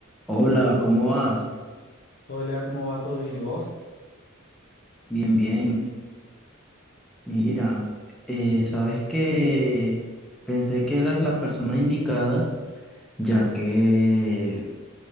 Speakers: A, in the centre; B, on the left.
A: Hola, ¿cómo vas?
B: Hola, ¿cómo va? ¿Todo bien y vos?
A: Bien, bien. Mira, eh, sabes que pensé que eras la persona indicada, ya que